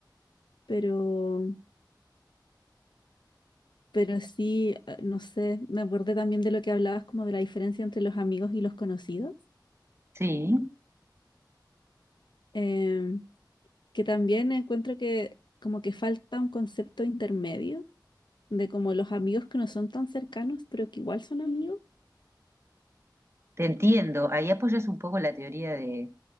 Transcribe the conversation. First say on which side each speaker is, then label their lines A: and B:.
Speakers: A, on the left (about 75°); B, on the right (about 35°).
A: pero, pero sí, eh, no sé, me acordé también de lo que hablabas como de la diferencia entre los amigos y los conocidos,
B: sí,
A: eh, que también encuentro que como que falta un concepto intermedio de como los amigos que no son tan cercanos, pero que igual son amigos.
B: te entiendo. Ahí apoyas un poco la teoría de,